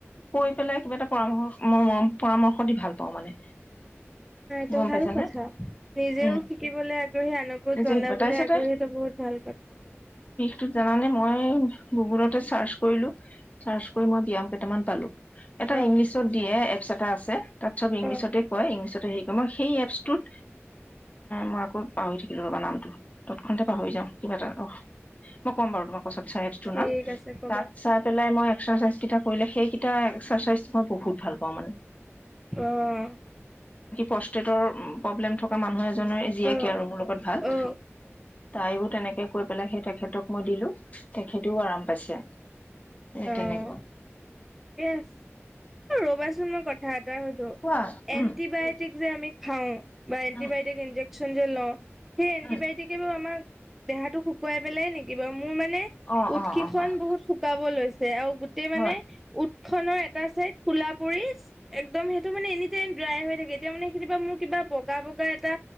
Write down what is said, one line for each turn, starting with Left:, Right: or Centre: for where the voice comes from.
Left: কৈ পেলাই কিবা এটা পৰামৰ্শ মই মৰম পৰামৰ্শ দি ভাল পাওঁ মানে
Centre: অ' এইটো
Left: গম
Centre: ভাল
Left: পাইছানে
Centre: কথা। নিজেও
Left: উম
Centre: শিকিবলৈ আগ্ৰহী, আনকো
Left: যে
Centre: জনাবলৈ
Left: শিকিব তাৰপিছতে
Centre: আগ্ৰহী এইটো বহুত ভাল কথা।
Left: টো জানানে মই গুগলতে চাৰ্চ কৰিলো। চাৰ্চ কৰি মই ব্যায়াম কেইটামান পালো, এটা
Centre: অ
Left: ইংলিছত দিয়ে, এপছ এটা আছে। তাত চব ইংলিছতে
Centre: অ',
Left: কয়, ইংলিছতে হেৰি কৰে মই সেই এপচটোত মই আকৌ পাহৰি থাকিলো ৰবা নামটো তৎক্ষনাতে পাহৰি যাওঁ কিবা এটা অ মই কম বাৰু তোমাক <unintelligible> এপছ তোৰ
Centre: ঠিক
Left: নাম,
Centre: আছে কবা
Left: তাত চাই পেলে মই এক্সাৰচাইজ কেইটা কৰিছিলো, সেই কেইটা মই বহুত ভাল পাওঁ মানে
Centre: অহ।
Left: কষ্টেটৰ প্ৰব্লেম থকা মানুহে নৰ জীয়েকে
Centre: অ
Left: আৰু মোৰ লগত ভাল
Centre: অ
Left: তাইও তেনেকে কৈ পেলাই সেই তেখেতক মই দিলো তেখেতেও আৰাম পাইছে। সেই
Centre: অ
Left: তেনেকুৱা
Centre: ঠিকে আছে অ' ৰবাচোন মই কথা হয়,
Left: কোৱা উম
Centre: এন্টিবায়টিক যে আমি খাও বা এন্টিবায়টিক
Left: উম
Centre: ইনজেকচন ইনজেকচন যে লও সেই এন্টিবায়টিকে
Left: উম
Centre: বাৰু আমাক দেহাতো শুকুৱাই পেলাই নেকি বাৰু? মোৰ মানে
Left: অ
Centre: ওঠ
Left: অ
Centre: কিখন
Left: অ অ',
Centre: বহুত শুকাব লৈছে আৰু গোটেই মানে
Left: হয়
Centre: মুখখনৰ এটা চাইড ক'লা পৰি একদম সেইটো মানে এনি টাইম ড্ৰাই হৈ থাকে এতিয়া মানে কেতিয়াবা মই কিবা বগা বগা এটা